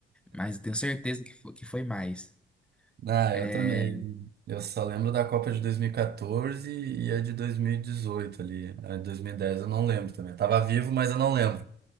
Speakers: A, in the centre; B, on the right.
A: mas eu tenho certeza que foi, que foi mais.
B: Ah,
A: É,
B: eu também. Eu só lembro da Copa de dois mil e quatorze e a de 2018 ali. A de 2010 eu não lembro também. Eu tava vivo, mas eu não lembro.